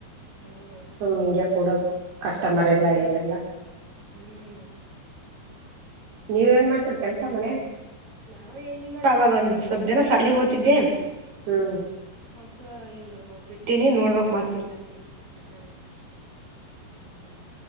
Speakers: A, on the right (about 40°); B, on the right (about 65°).
A: ಹೌದವ
B: ಹಿಂಗಗೆ ಕೂಡದು ಕಸ್ಟಮರ್
A: ನಮ್ದು
B: ಎಲ್ಲ ಏನೆಲ್ಲ
A: ಹ್ಮ್
B: ನೀವ್ ಏನ್ ಮಾಡ್ತೀರ ಕೆಲ್ಸ ಮನೆ
A: ನಾವು ಏನಿಲ್ಲ ನೋ ಅವವಾಗ ಸಬ್ದನ ಸಾಲಿ ಹೋತಿದ್ದೆ
B: ಹ್ಮ್
A: ಮ ಈಗ ಬಿಟ್ಟೀನಿ ನೋಡ್ಬೇಕು ಮತ್ತೆ ಎಲ್ಲಾರ ಕೆಲಸ ಹುಡುಕಡ್ಬೇಕು ಹ್ಮಞ <inaudible>